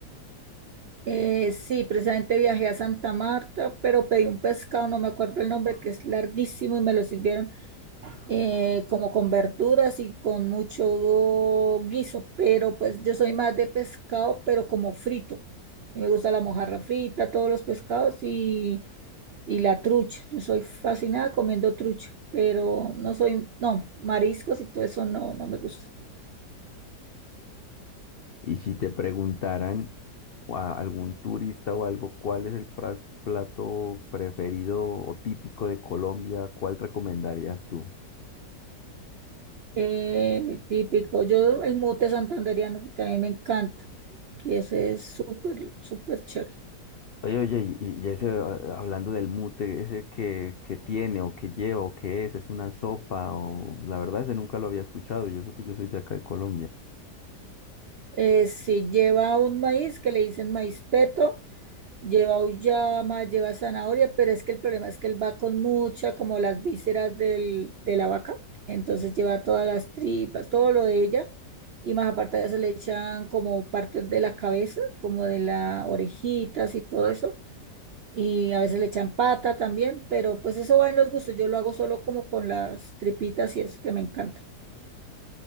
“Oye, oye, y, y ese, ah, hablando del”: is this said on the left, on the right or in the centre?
Left